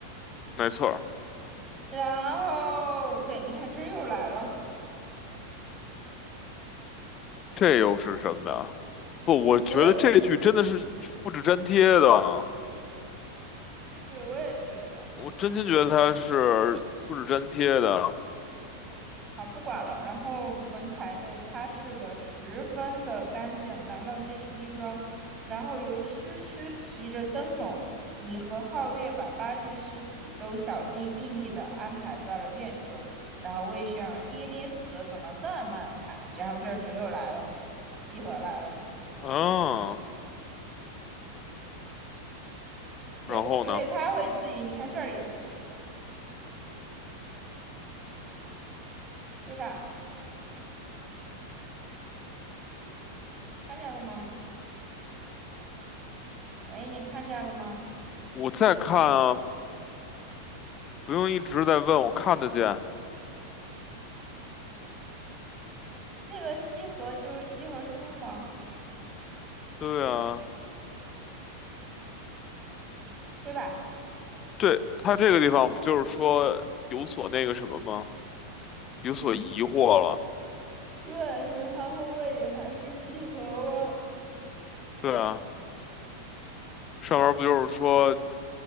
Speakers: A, on the left; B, on the right.
A: 没错儿
B: 然后，对，你看这又来了，
A: 这又是什么呀？不，我觉得这句真的是复制粘贴的，
B: 所以对我也觉得。
A: 我真心觉得它是复制粘贴的。
B: 好，不管了。然后门牌被擦拭得十分的干净，难道这是一桩？然后由诗诗提着灯笼，你和皓月把八具尸体都小心翼翼地安排在了院中。然后魏轩儿爹爹死的怎么这么惨？然后这时又来了，集合来了。
A: 嗯，
B: 对，
A: 然后呢，
B: 所以他会质疑，你看这里，对吧？看见了吗？喂，你看见了吗？
A: 我再看啊，不用一直在问，我看得见。
B: 这个西河就是西河书吗？
A: 对啊，
B: 对吧？
A: 对，它这个地方不就是说有所那个什么吗？有所疑惑了。
B: 对，就是他会问你还是西河吗？
A: 对啊，上面不就是说，